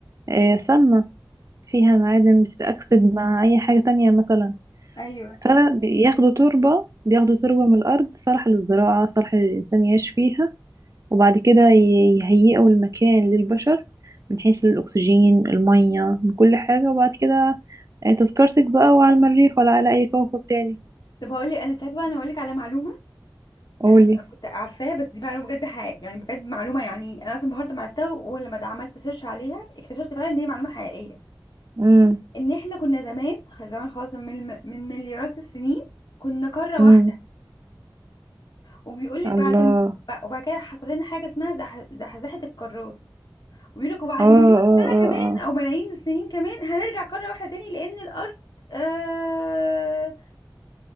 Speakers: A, on the right; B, on the left.
A: آه سامة فيها معادن بتتأكسد مع أي حاجة تانية مثلا
B: ايوه
A: فبياخدوا تربة بياخدوا تربة من الأرض صالحة للزراعة صالحة للإنسان يعيش فيها وبعد كده ي- يهيئوا المكان للبشر من حيث الأكسجين المية من كل حاجة وبعد كده آه، تذكرتك بقى وعلى المريخ ولا على أي كوكب تاني
B: طب هقول لك انا تعرفه انا هقول لك على معلومه
A: قولي
B: انا كنت عارفاها بس دي معلومه بجد حقيقيه يعني بجد معلومه يعني انا اصلا بهارت ما عرفتها ولما ده عملت سيرش عليها اكتشفت فعلا ان هي معلومه حقيقيه
A: امم
B: ان احنا كنا زمان زمان خالص من الم- من مليارات السنين كنا قاره
A: امم
B: واحده وبيقول لك
A: الله
B: بعد م- ب- وبعد كده حصل لنا حاجه اسمها زح- زحزحه القارات وبيقول لك وبعد
A: اه اه
B: مليون سنه
A: اه
B: كمان
A: اه
B: او ملايين السنين كمان هنرجع قاره واحده تاني لان الارض آه